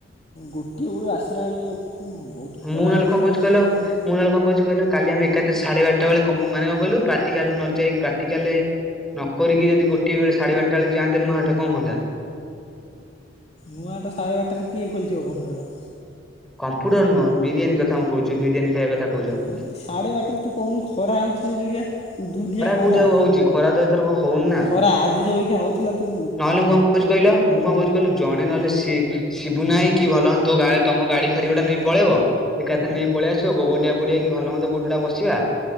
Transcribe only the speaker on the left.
ଗୋଟିଏ ବେଳୁ ଆସିଲା ବେଳକୁ ବହୁତ?
ଖରା
ହେଉଛି
ଯେଉଁ ଭଳିଆ
ଦେଖୁନ।
ନୂଆହାଟା ସାଢେ ବାରଟାରେ କିଏ ଖୋଲିଥିବ କମ୍ପ୍ୟୁଟର।
ଉଁ ସାଢେ ବାରଟାରେ ତୁ କହୁନୁ ଖରା ହଉଛି ସେବାଗିଆ। ଉଡୁ ଉଦିଆ ଖରା
ଖରା ଆଜି ଯୋଉଏଇକା ହଉଥିଲା ତୁ?